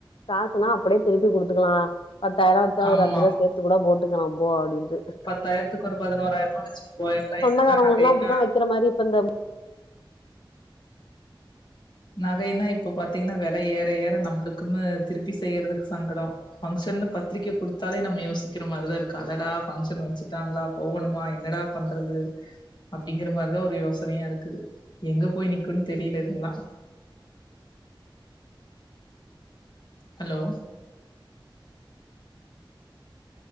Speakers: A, on the left; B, on the left.
A: காசுன்னா அப்படியே திருப்பி குடுத்துக்கலாம் பத்தாயிரம் வச்சா ஒருஅஞ்சரூவா
B: ஆமா
A: சேர்த்த கூட போட்டுக்கலாம் போ அப்படின்னு
B: பத்தாயிரத்துக்கு ஒரு பதினோராயிரமா வச்சுட்டு போயிரலா
A: சொந்தக்காரவங்களுக்குல்லாம்
B: இதுன்னா நகைன்னா
A: அப்படித்தான் வைக்கிற மாதிரி இப்ப இந்த
B: நகைனா இப்ப பாத்தீங்கன்னா விலை ஏற ஏற நம்மளுக்குமே திருப்பி செய்றதுக்கு சங்கடம் பங்சன் பத்திரிக்கை கைடுத்தாலே நம்ம யோசிக்கிற மாரிதான் இருக்கு அடடா பங்ஷன் வச்சுட்டாங்களா போகணுமா என்னடா பண்ண பண்றது அப்படிங்கற மாதிரிதான் ஒரு யோசனையா இருக்குது எங்க போய் நிக்கும்ன்னு தெரியல இதெல்லாம் ஹலோ